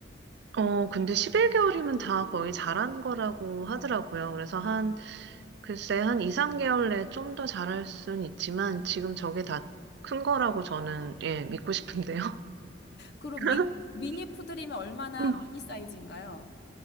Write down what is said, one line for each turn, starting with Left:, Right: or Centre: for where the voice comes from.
Right: 어, 근데 11개월이면 다 거의 자란 거라고 하더라고요. 그래서 한, 글쎄, 한 2, 3개월 내에 좀 더 자랄 순 있지만, 지금 저게 다 큰 거라고 저는, 예, 믿고 싶은데요.
Left: 그리고 미,
Right: <laughs>
Left: 미니 푸들이면 얼마나
Right: 음.
Left: 미니 사이즈인가요?